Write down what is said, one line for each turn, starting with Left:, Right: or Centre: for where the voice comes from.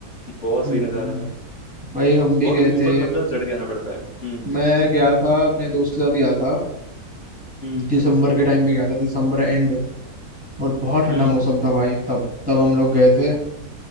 Left: बहुत
Centre: हम्म।
Left: सही नज़ारा था
Centre: भाई हम भी
Left: बहुत
Centre: गए
Left: ऊपर
Centre: थे
Left: मतलब चढ़ के आना पड़ता है हम्म
Centre: मैं गया था अपने दोस्त के साथ गया था
Left: हम्म
Centre: दिसंबर के टाइम में गया था दिसंबर एंड और बहुत ठंडा
Left: हम्म
Centre: मौसम था भाई तब तब हम लोग गए
Left: हम्म, ओके
Centre: थे